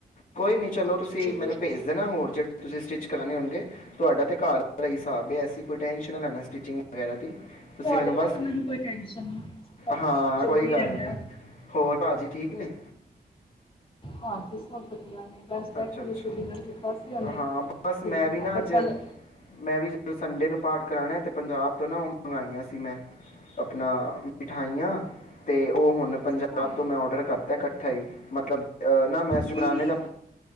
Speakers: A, on the left; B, on the left.
A: ਕੋਈ ਨ ਚਲੋ ਤੁਸੀਂ
B: ਜ਼ਰੂਰ
A: ਮੈਨੂੰ ਭੇਜ
B: ਜੀ
A: ਦੇਣਾ
B: ਬਹੁਤ
A: ਹੋਰ ਜਿਹੜੀ
B: ਜੀ
A: ਤੁਸੀਂ ਸਟਿਚ ਕਰਾਣੇ ਹੁੰਦੇ। ਤੁਹਾਡਾ ਤੇ ਘਰ ਵਾਲਾ ਹਿਸਾਬ
B: ਹਾਂਜੀ
A: ਅਸੀ ਕੋਈ ਟੈਸ਼ਨ ਨਾ ਲੈਣਾ। ਸਟੀਚਿੰਗ ਵਗੈਰਾ ਦੀ ਤੁਸੀਂ
B: ਤੁਹਾਡੇ ਨਾਲ
A: ਬਸ
B: ਤਾਂ ਮੈਨੂੰ ਕੋਈ ਟੈਸ਼ਨ ਨਹੀਂ ਕੁ
A: ਹਾਂ
B: ਚੱਲਦਾ
A: ਕੋਈ
B: ਹੀ
A: ਗੱਲ
B: ਰਹਿੰਦਾ
A: ਨਹੀਂ
B: ਆ
A: ਹੋਰ ਭਾਅ ਜੀ ਠੀਕ ਨੇ
B: ਹਾਂਜੀ ਸਭ ਵਧੀਆ ਨੇ ਬਸ ਬੈਠੇ
A: ਅੱਛਾ ਅੱਛਾ
B: ਸੀ ਡਿਨਰ ਕੀਤਾ ਸੀ ਉਹਨੇ
A: ਹਾਂ ਬਸ
B: ਤੇ
A: ਮੈਂ ਵੀ ਨਾ
B: ਕਿਹਾ
A: ਅੱਜ
B: ਚੱਲ
A: ਮੈਂ ਵੀ ਜਦੋਂ ਸੰਡੇ ਨੂੰ ਪਾਠ ਕਰਾਣਾ- ਤੇ ਪੰਜਾਬ ਤੋਂ ਨਾ ਉਹ ਮੰਗਾਈਆਂ ਸੀ ਮੈਂ ਆਪਣਾ ਮਿਠਾਈਆਂ ਤੇ ਉਹ ਹੁਣ-
B: ਅੱਛਾ
A: ਪੰਜਾਬ ਤੋਂ ਮੈਂ ਔਡਰ ਕਰ- ਇਕੱਠਾ ਹੀ ਮਤਲਬ ਅਹ ਨਾ ਮੈਂ ਸ਼ੁਕਰਾਨੇ
B: ਕਿਹੜੀ
A: ਦਾ-